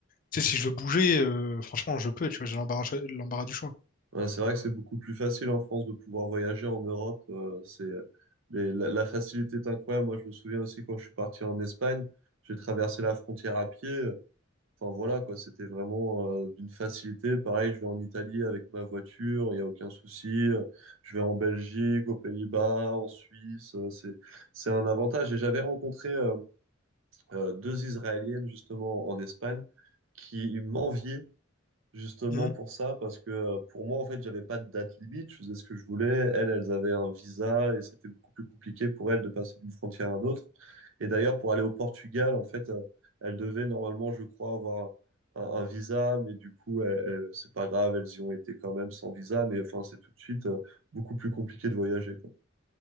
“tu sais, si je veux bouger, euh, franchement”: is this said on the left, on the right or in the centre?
Left